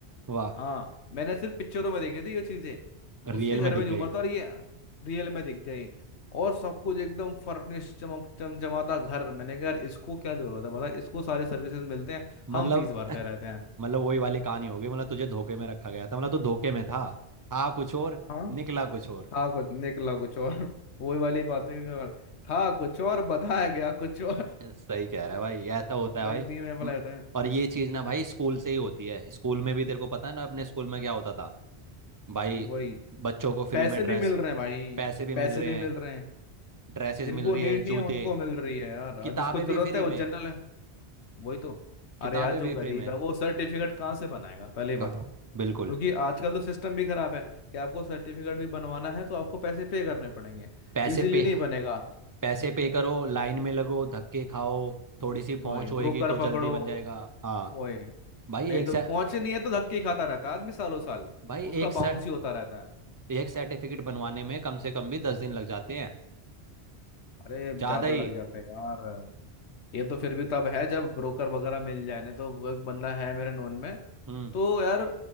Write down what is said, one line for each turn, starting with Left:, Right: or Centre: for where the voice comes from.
Right: वाह
Left: हाँ मैंने सिर्फ पिक्चरों में देखी थी ये चीजें उससे
Right: रियल
Left: घर
Right: में दिख
Left: में
Right: गई
Left: झूमर था और ये रियल में दिख गई और सब कुछ एकदम फर्निश चमक चमचमाता घर मैंने कहा यार इसको क्या जरूरत है बता इसको सारी सर्विसेज मिलते हैं
Right: मतलब
Left: हम फीस भरते रहते हैं
Right: मतलब वही वाली कहानी हो गई मतलब तुझे धोखे में रखा गया था मतलब तू धोखे में था था कुछ और
Left: हाँ
Right: निकला कुछ और
Left: था कुछ निकला कुछ और <laughs> वही वाली बातें और था कुछ और बताया गया कुछ और
Right: <laughs> सही कह रहा है भाई ऐसा होता
Left: वही
Right: है भाई
Left: मी में बोला
Right: म-
Left: जाता है
Right: और ये चीज ना भाई स्कूल से ही होती है स्कूल में भी तेरे को पता है ना अपने स्कूल में क्या होता था भाई
Left: वही
Right: बच्चों को फ्री
Left: पैसे
Right: में ड्रेस
Left: भी मिल रहे हैं भाई
Right: पैसे भी
Left: पैसे
Right: मिल रहे
Left: भी
Right: हैं
Left: मिल रहे हैं
Right: ड्रेसेस
Left: जिनको
Right: मिल रही
Left: नीड
Right: है
Left: नहीं
Right: जूते
Left: है उनको मिल रही है यार और
Right: किताबें
Left: जिसको जरूरत
Right: भी फ्री
Left: है वो
Right: में
Left: जनरल है वही तो
Right: किताबें
Left: अरे यार जो
Right: भी
Left: गरीब
Right: फ्री में
Left: है वो सर्टिफिकेट कहाँ से बनाएगा पहले ये बताओ
Right: कहाँ बिल्कुल
Left: क्योंकि आजकल तो सिस्टम भी खराब है कि आपको सर्टिफिकेट भी बनवाना है तो आपको पैसे पे करने पड़ेंगे
Right: पैसे
Left: इजीली
Right: पे
Left: नहीं बनेगा
Right: पैसे पे करो लाइन में लगो धक्के खाओ थोड़ी सी पहुंच
Left: वही
Right: होएगी
Left: ब्रोकर
Right: तो जल्दी
Left: पकड़ो
Right: बन जाएगा हाँ
Left: वही
Right: भाई
Left: नहीं
Right: एक
Left: तो
Right: से
Left: पहुंचे नहीं है तो धक्के ही खाता रहता है आदमी सालों साल
Right: भाई
Left: उसका
Right: एक सर
Left: बाउंस ही होता रहता है
Right: एक सर्टिफिकेट बनवाने में कम से कम भी दस दिन लग जाते हैं
Left: अरे ज्यादा
Right: ज्यादा
Left: लग
Right: ही
Left: जाते हैं यार ये तो फिर भी तब है जब ब्रोकर वगैरह मिल जाए नहीं तो वो एक बंदा है मेरे नोन में
Right: हम्म
Left: तो यार